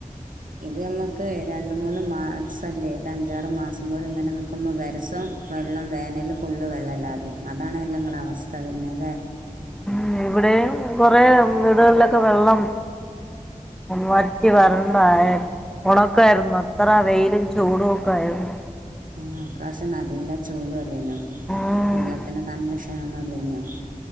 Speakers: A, on the right (about 80°); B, in the centre.
A: ഇത് നമ്മക്ക് ര പ മൂന്ന് മാസംമല്ലേ ഇത് അഞ്ചാറ് മാസം പോലും ഇങ്ങനെ നിൽക്കുമ്പോൾ വരസം വെള്ളം വേനൽ ഫുള്ള് വെള്ളംമല്ലാത അതാണ എല്ലാം നിങ്ങള അവസ്ഥ വരുന്നല്ലേ
B: ഉം ഇവിടെയും കൊറെ വീടുകളിലൊക്കെ വെള്ളം മാറ്റി വരണ്ടായൽ ഉണക്കായിരുന്നു അത്ര വെയിലും ചൂടും ഒക്കെ ആയിരുന്നു
A: ആഹ അ പ്രാവശ്യം നല്ല ചൂടു അല്ലേനോ?
B: ആഹ്
A: വെള്ളത്തിന് <unintelligible> <unintelligible> നോ